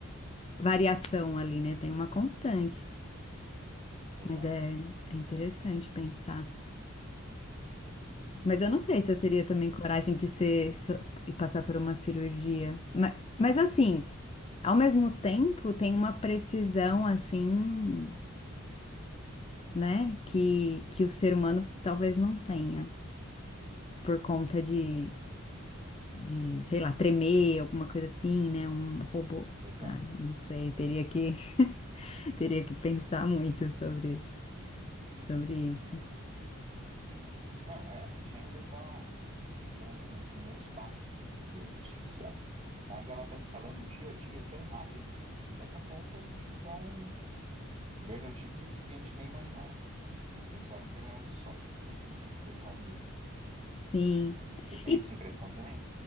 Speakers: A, on the left (about 25°); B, on the right (about 30°).
A: variação ali, né? Tem uma constante.
B: exato.
A: Mas é, é interessante pensar. Mas eu não sei se eu teria também coragem de ser so- e passar por uma cirurgia. Mas, mas assim, ao mesmo tempo, tem uma precisão assim, né, que, que o ser humano talvez não tenha por conta de, de, sei lá, tremer, alguma coisa assim, né, um robô.
B: Exato.
A: Ah, não sei, teria que <laughs> Teria que pensar muito sobre, sobre isso.
B: Não, é, a gente ainda está, digamos assim, nos primeiros passos, né, da inteligência artificial. Mas ela está escalando dia a dia tão rápido que daqui a pouco a gente vai ver notícias que a gente nem imaginava, que pensava que era só ficção científica de Hollywood mesmo.
A: Sim.
B: Você tem
A: E
B: essa impressão também?